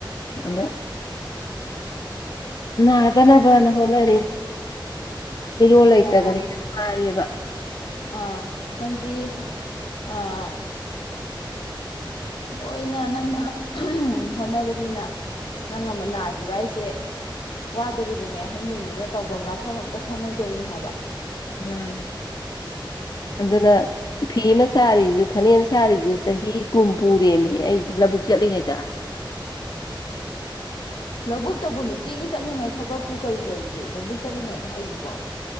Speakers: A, on the left; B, on the left.
A: ꯑꯗꯣ ꯅꯥꯗꯅꯕꯅ ꯍꯣꯠꯅꯔꯤꯅꯤ ꯃꯤꯔꯣꯜ ꯂꯩꯇꯕꯅꯤꯅ
B: ꯑꯣ
A: ꯋꯥꯥꯏꯌꯦꯕ
B: ꯑꯥ ꯅꯪꯗꯤ ꯑꯥ ꯂꯣꯏꯅ ꯅꯪꯅ ꯍꯣꯠꯅꯕꯅꯤꯅ ꯅꯪ ꯑꯃ ꯅꯥꯒꯤꯕ ꯍꯥꯏꯁꯦ ꯋꯥꯗꯣꯔꯤꯕꯅꯦ ꯑꯍꯟꯁꯤꯡꯗꯨꯅ ꯇꯧꯕ ꯂꯥꯛꯐꯝ ꯑꯃꯇ ꯈꯪꯉꯣꯏꯗꯣꯏꯅꯦ ꯍꯥꯏꯕ
A: ꯃꯅꯦ ꯑꯗꯨꯅ ꯐꯤ ꯑꯃ ꯁꯥꯔꯤꯖꯄ ꯐꯅꯦꯛ ꯑꯃ ꯁꯥꯔꯤꯖꯨ ꯆꯍꯤ ꯀꯨꯨꯝ ꯄꯨꯔꯦꯃꯦ ꯑꯩ ꯂꯧꯕꯨꯛ ꯆꯠꯂꯤꯉꯩꯗ
B: ꯂꯧꯕꯨꯛꯇꯕꯨ ꯅꯨꯡꯇꯤꯒꯤ ꯆꯠꯅꯤꯡꯉꯥꯏ ꯊꯕꯛꯄꯨ ꯀꯔꯤ ꯂꯩꯒꯦ ꯂꯧꯕꯨꯛ ꯆꯠꯂꯤꯉꯥꯏꯗ ꯍꯥꯏꯖꯤꯕꯣ